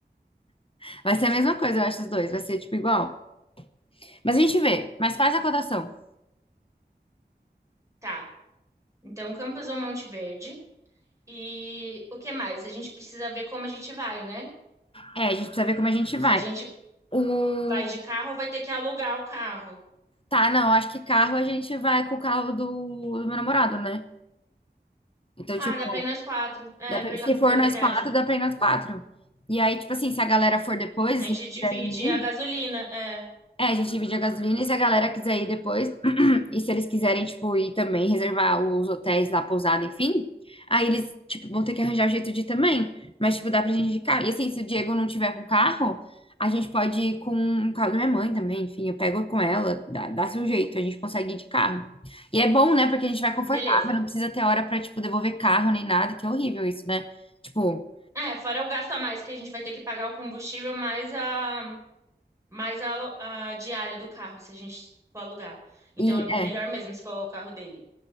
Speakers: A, on the left; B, on the right.
A: <laughs> Vai ser a mesma coisa, eu acho, os dois, vai ser, tipo, igual. Mas a gente vê, mas faz a cotação.
B: Tá. Então Campos ou Monte Verde. E o que mais? A gente precisa ver como a gente vai, né?
A: É, a gente precisa ver como a gente
B: Se
A: vai.
B: a gente
A: O...
B: vai de carro, vai ter que alugar o carro.
A: Tá, não, acho que carro a gente vai com o carro do, do meu namorado, né? Então,
B: Ah,
A: tipo,
B: dá pra ir nós quatro. É
A: dá pra-
B: verla-
A: se
B: ver-
A: for nós
B: verdade.
A: quatro, dá pra ir nós quatro. E aí, tipo assim, se a galera for depois,
B: A gente
A: se eles
B: divide
A: quiserem
B: a gasolina.
A: ir,
B: É,
A: é, a gente divide a gasolina e se a galera quiser ir depois, E se eles quiserem, tipo, ir também reservar os hotéis lá, pousada, enfim, aí eles, tipo, vão ter que arranjar jeito de ir também. Mas, tipo, dá pra gente ir de carro. E assim, se o Diego não tiver com carro, a gente pode ir com o carro da minha mãe também. Enfim, eu pego com ela, dá, dá-se um jeito, a gente consegue ir de carro. E é bom, né? Porque a gente vai confortável,
B: beleza.
A: não precisa ter hora pra, tipo, devolver carro nem nada, que é horrível isso, né? Tipo,
B: É, fora o gasto a mais que a gente vai ter que pagar o combustível, mais a, mais a, alu- a diária do carro, se a gente for alugar. Então
A: e
B: é
A: é.
B: melhor mesmo se for o carro dele.